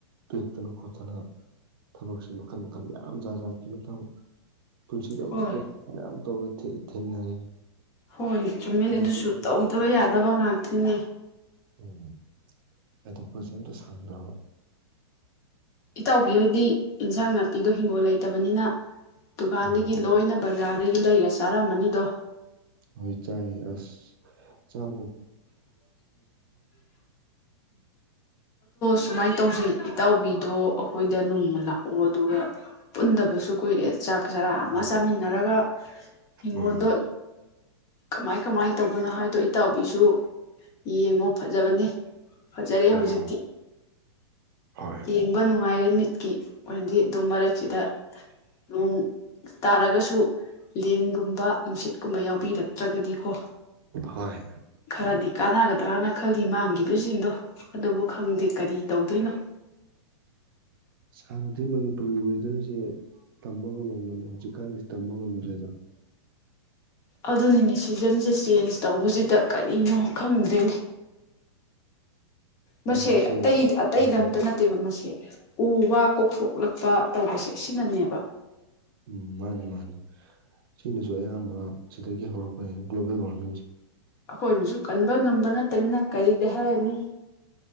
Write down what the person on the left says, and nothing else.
ꯍꯣꯏ
ꯍꯣꯏ ꯇ꯭ꯔꯤꯃꯦꯟ
ꯑꯗꯨꯁꯨ ꯇꯧꯗꯕ ꯌꯥꯗꯦ ꯇꯕꯪ ꯍꯥꯥꯛꯇꯅꯦ
ꯏꯇꯥꯎꯕꯤꯍꯣꯏꯗꯤ ꯏꯟꯁꯥꯡ ꯅꯥꯄꯤꯗꯣ ꯍꯤꯡꯒꯣꯜ ꯂꯩꯇꯕꯅꯤꯅ ꯗꯨꯀꯥꯟꯗꯒꯤ
ꯂꯣꯏꯅ ꯕꯖꯥꯔꯗꯒꯤ ꯂꯩꯔ ꯆꯥꯔꯝꯃꯅꯤꯗꯣ
ꯁꯨꯃꯥꯏꯅ ꯇꯧꯁꯤ ꯏꯇꯥꯎꯕꯤ ꯑꯗꯣ ꯑꯩꯈꯣꯏꯗ ꯅꯣꯡꯃ ꯂꯥꯛꯑꯣ ꯑꯗꯨꯒ ꯄꯨꯟꯗꯕꯁꯨ ꯀꯨꯏꯔꯦ ꯆꯥꯛ ꯆꯔꯥ ꯑꯃ
ꯆꯥꯃꯤꯟꯅꯔꯒ ꯏꯪꯒꯣꯜꯗꯣ
ꯀꯃꯥꯏ ꯀꯃꯥꯏꯅ ꯇꯧꯕꯅꯣ ꯍꯥꯏꯕꯗꯣ ꯑꯩ ꯇꯥꯎꯕꯤꯁꯨ ꯌꯦꯡꯉꯣ ꯐꯖꯕꯅꯦ ꯐꯖꯔꯦ
ꯍꯧꯖꯤꯛꯇꯤ
ꯇꯦꯡꯕ ꯅꯨꯡꯉꯥꯏꯔꯦ ꯀꯤ ꯑꯣꯏꯗꯤ ꯑꯗꯨꯝ ꯃꯔꯛ ꯁꯤꯗ ꯅꯣꯡ ꯇꯥꯔꯒꯁꯨ ꯂꯦꯟꯒꯨꯝꯕ ꯅꯨꯡꯁꯤꯠꯀꯨꯝꯕ ꯌꯥꯎꯕꯤꯔꯛ ꯅꯠꯇ꯭ꯔꯒꯗꯤ ꯀꯣ
ꯈꯔꯗꯤ ꯀꯥꯟꯅꯒꯗ꯭ꯔꯅ ꯈꯜꯂꯤ ꯃꯥꯡꯈꯤꯗꯣꯏ ꯁꯤꯡꯗꯣ ꯑꯗꯨꯕꯨ ꯈꯪꯗꯦ ꯀꯔꯤ ꯇꯧꯗꯣꯏꯅꯣ
ꯑꯗꯨꯅꯤꯅꯦ ꯁꯤꯖꯟꯁꯦ ꯆꯦꯟꯖ ꯇꯧꯕꯁꯤꯗ ꯀꯔꯤꯅꯣ ꯈꯪꯗꯣꯏꯅꯦ ꯃꯁꯦ
ꯑꯇꯩ ꯑꯇꯩꯗ
ꯑꯝꯇ ꯅꯠꯇꯦꯕ ꯃꯁꯦ ꯎ ꯋꯥ ꯀꯣꯛꯊꯣꯛꯂꯛꯄ ꯇꯧꯕꯁꯦ ꯑꯁꯤꯅꯅꯦꯕ
ꯑꯩꯈꯣꯏꯅꯁꯨ ꯀꯟꯕ ꯉꯝꯕ ꯅꯠꯇꯃꯤꯅ ꯀꯔꯤꯗꯤ ꯍꯥꯏꯔꯅꯤ